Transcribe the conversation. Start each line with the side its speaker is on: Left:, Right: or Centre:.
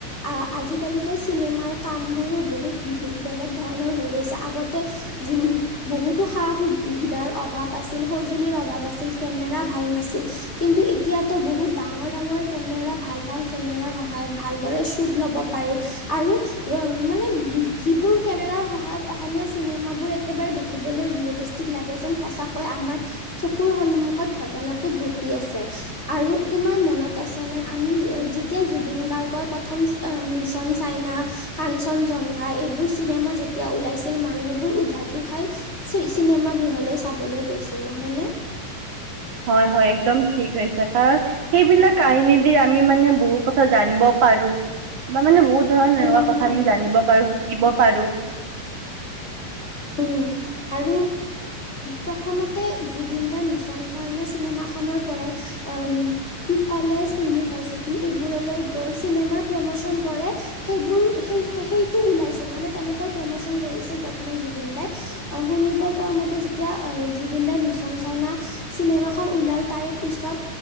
Left: আ আজিকালিতো চিনেমাৰ কাম বোৰো বহুত বিভি বেলেগ ধৰণৰ হৈ গৈছে আগতে যি বহুতো সা সুবিধাৰ অভাৱ আছিল, সঁজুলিৰ অভাৱ আছিল কেমেৰা ভাল নাছিল কিন্তু এতিয়াতো বহুত ডাঙৰ ডাঙৰ কেমেৰা ভাল ভাল কেমেৰাৰ সহায়ত ভালদৰে শ্বুট ল'ব পাৰি। আৰু মানে যিবোৰ কেমেৰাৰ সহায়ত অসমীয়া চিনেমাবোৰ একেবাৰে দেখিবলৈ ৰিয়েলিষ্ট লাগে যেন সঁচাকৈ আমাৰ চকুৰ সন্মুখত ঘটনাটো ঘটি আছে আৰু তোমাৰ মনত আছানে আমি যি তি জুবিন গাৰ্গৰ প্ৰথম মিছন চাইনা কাঞ্চন জংঘা এইবোৰ চিনেমা যেতিয়া ওলাইছিল মানুহবোৰ উধাটো খাই চিনেমা গৃহলৈ চাবলৈ গৈছিল নহয় নে
Right: হয় হয় একদম ঠিকছে কাৰণ সেইবিলাক কাহিনী দি আমি মানে বহু কথা জানিব পাৰো বা মানে বহুত ধৰণৰ এনেকুৱা
Left: উম
Right: কথা
Left: হয়
Right: আমি জানিব পাৰো শিকিব পাৰো।
Left: উম আৰু প্ৰথমতে জুবিনদাৰ মিছন চাইনা চিনেমাখনৰ পৰাই অ', কলেজ ইউনিভাৰ্চিটি এইবোৰলৈ গৈ চিনেমাৰ প্ৰমোচন কৰে সেইবোৰ সেই সেইটো ওলাইছিল মানে তেনেকৈ প্ৰম'চন কৰিছিল প্ৰথমে জুবিন দাই অ', শুনিব পোৱা মতে যেতিয়া জুবিনদাৰ মিছন চাইনা চিনেমা খন ওলাল তাৰে পিছত